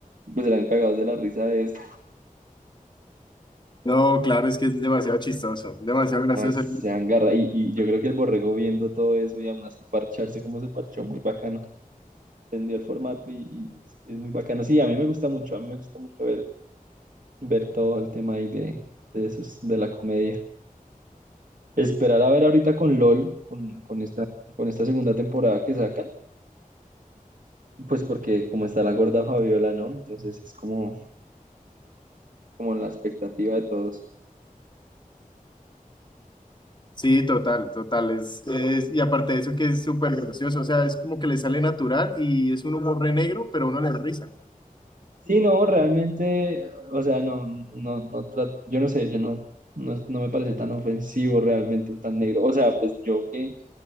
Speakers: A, on the right (about 65°); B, on the left (about 30°).
A: y pues eran cagados de la risa de eso.
B: No, claro, es que es demasiado chistoso, demasiado gracioso.
A: No, es- se agarra. Y, y yo creo que el borrego viendo todo eso y aún así parcharse como se parchó, muy bacano. Entendió el formato y, y es es muy bacano. Sí, a mí me gusta mucho, a mí me gusta mucho ver, ver todo el tema ahí de, de, esos, de la comedia. Esperar a ver ahorita con LOL, con, con esta, con esta segunda temporada que sacan, pues porque como está la gorda Fabiola, ¿no? Entonces es como, como la expectativa de todos.
B: Sí, total, total. Es, es, y aparte de eso que es súper gracioso, o sea, es como que le sale natural y es un humor re negro, pero uno le da risa.
A: Sí, no, realmente, o sea, no, no, no, tra- yo no sé, yo no, no, no me parece tan ofensivo realmente, tan negro. O sea, pues yo que,